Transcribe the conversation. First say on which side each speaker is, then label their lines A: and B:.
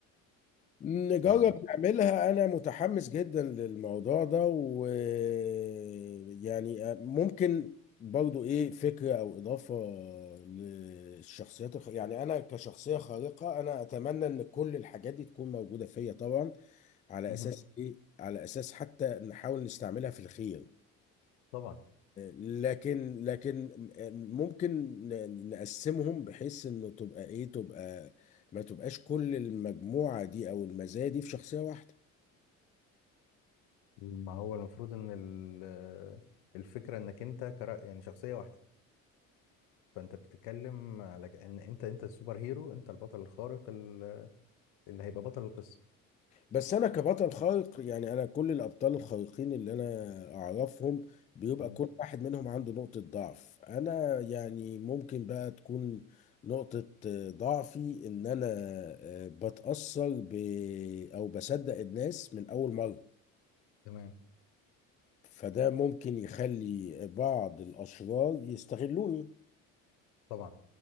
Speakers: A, on the left; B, on the left.
A: نجرب
B: ف...
A: نعملها أنا متحمس جدا للموضوع ده ويعني ممكن برضو إيه فكرة أو إضافة للشخصيات الخ... يعني أنا كشخصية خارقة أنا أتمنى إن كل الحاجات دي تكون موجودة فيا طبعا على
B: مهم.
A: أساس إيه على أساس حتى نحاول نستعملها في الخير
B: طبعا
A: لكن لكن ممكن ن- نقسمهم بحيث انه تبقى ايه تبقى ما تبقاش كل المجموعة دي او المزايا دي في شخصية واحدة
B: ما هو المفروض ان ال- آه، الفكرة انك انت كرا... يعني شخصية واحدة فانت بتتكلم على ك- ان انت انت السوبر هيرو انت البطل الخارق ال- اللي هيبقى بطل القصة
A: بس انا كبطل خارق يعني انا كل الابطال الخارقين اللي انا اعرفهم بيبقى
B: مم.
A: كل واحد منهم عنده نقطة ضعف انا يعني ممكن بقى تكون نقطة آه، ضعفي ان انا آه، بتأثر ب او بصدق الناس من اول مرة
B: تمام
A: فده ممكن يخلي بعض الاشرار يستغلوني
B: طبعا